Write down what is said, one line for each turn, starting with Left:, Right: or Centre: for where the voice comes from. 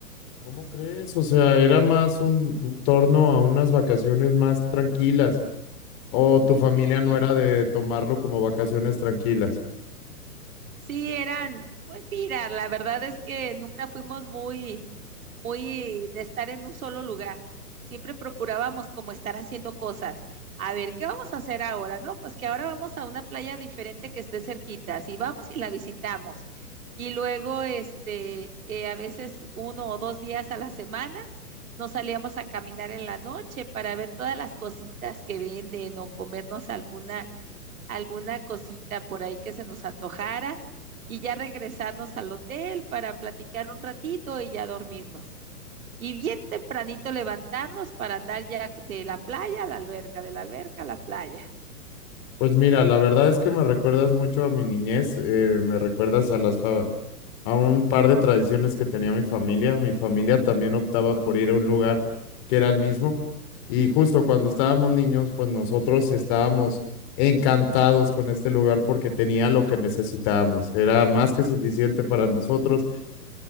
Left: ¿Cómo crees? O sea, era más un, un torno a unas vacaciones más tranquilas. O tu familia
Right: Sí,
Left: no era de tomarlo como vacaciones tranquilas.
Right: Sí, eran, pues mira, la verdad es que nunca fuimos muy, muy de estar en un solo lugar. Siempre procurábamos como estar haciendo cosas. A ver, ¿qué vamos a hacer ahora? No, pues que ahora vamos a una playa diferente que esté cerquita. Si vamos y la visitamos. Y luego, este, eh, a veces uno o dos días a la semana nos salíamos a caminar en la noche para ver todas las cositas que venden o comernos alguna alguna cosita por ahí que se nos antojara y ya regresarnos al hotel para platicar un ratito y ya dormirnos. Y bien tempranito levantarnos para andar ya de la playa a la alberca, de la alberca a la playa.
Left: Pues mira, la verdad es que me recuerdas mucho a mi niñez, eh, me recuerdas a las fa- a un par de tradiciones que tenía mi familia. Mi familia también optaba por ir a un lugar que era el mismo. Y justo cuando estábamos niños, pues nosotros estábamos encantados con este lugar porque tenía lo que necesitábamos. Era más que suficiente para nosotros